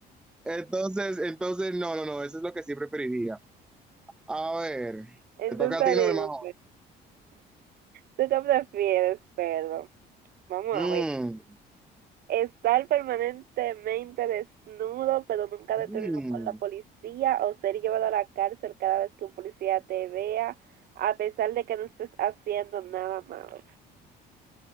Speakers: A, in the centre; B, on the right.
A: Entonces, entonces, no, no, no, eso es lo que sí preferiría. A ver,
B: Entonces,
A: te toca
B: dime,
A: a ti, normal.
B: ¿tú te prefieres, Pedro? Vamos
A: Mm,
B: a ver. Estar permanentemente desnudo, pero nunca
A: mm.
B: detenido por la policía, o ser llevado a la cárcel cada vez que un policía te vea, a pesar de que no estés haciendo nada malo.